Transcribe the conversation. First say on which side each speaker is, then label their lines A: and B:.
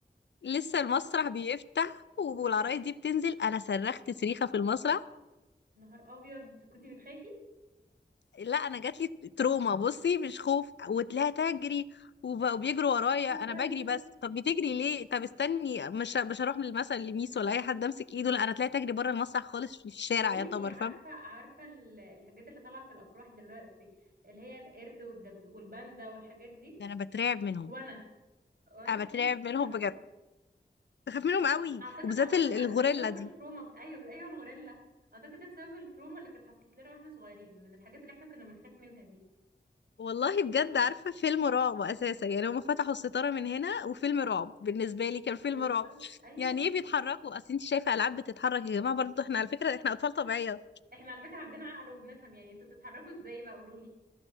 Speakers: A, on the left (about 75°); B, on the right (about 55°).
A: لسه المسرح بيفتح والعرايس دي بتنزل انا صرخت صريخة في المسرح
B: نهار ابيض كنتي بتخافي <laughs>
A: لا انا جاتلي تروما بصي مش خوف وتلاقيها تجري وب- وبيجروا ورايا
B: بتهزري
A: انا بجري بس طب بتجري ليه طب استني مش ه- مش هروح مثلا لميس ولا اي حد امسك ايده لا انا تلاقيها تجري بره المسرح خالص في الشارع
B: بقول
A: يعتبر
B: لك ايه عارفه
A: فاهم
B: عارفه ال- الحاجات اللي طالعه في الافراح دلوقتي اللي هي القرد والدبدوب والباندا والحاجات دي
A: ده انا بترعب منهم
B: وانا وانا
A: انا
B: كمان
A: بترعب
B: بخاف
A: منهم
B: منها
A: بجد
B: قوي
A: بخاف منهم قوي
B: اعتقد
A: وبالذات
B: اعتقد
A: ال-
B: ده
A: الغوريلا
B: ده بسبب
A: دي
B: التروما بتاع ايوه ايوه الغوريلا اعتقد ده بسبب التروما اللي كانت حصلت لنا واحنا صغيرين من الحاجات اللي احنا كنا بنخاف منها دي
A: والله بجد عارفه فيلم رعب اساسا يعني هما فتحوا الستاره من هنا وفيلم رعب بالنسبه لي كان فيلم
B: بالظبط
A: رعب
B: ايوه
A: يعني ايه بيتحركوا اصل انت شايفه العاب بتتحرك يا جماعه برضو احنا على فكره احنا اطفال طبيعيه
B: احنا على فكره عندنا عقل وبنفهم يعني انتوا بتتحركوا ازاي بقى قولوا لي